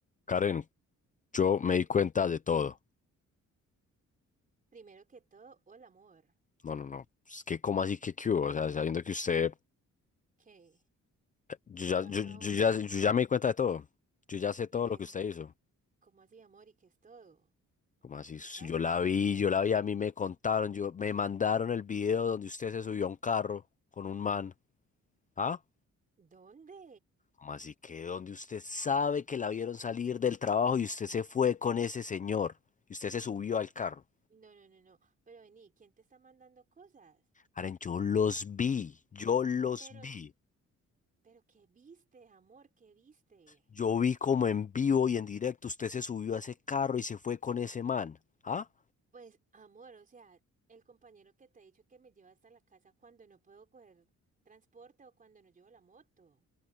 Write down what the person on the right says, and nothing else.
Primero que todo, hola amor.
¿Qué?
¿Qué
pasó
ahora?
D-
¿Y qué
es?
¿Cómo así, amor? ¿Y qué es todo?
¿Qué
pasa?
O sea,
¿dónde?
No, no, no, no. Pero vení, ¿quién te está mandando cosas?
Pero,
pero ¿qué viste, amor? ¿Qué viste?
Pues, amor, o sea, el compañero que te ha dicho que me lleva hasta la casa cuando no puedo coger transporte o cuando no llevo la moto.